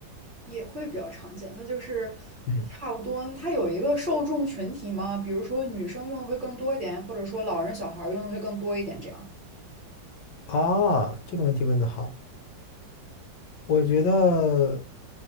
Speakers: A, on the right; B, on the left.
A: 也会比较常见，那就是差不多。
B: 嗯，
A: 它有一个受众群体吗？比如说女生用的会更多一点，或者说老人小孩儿用的会更多一点，这样。
B: 啊，这个问题问得好，我觉得，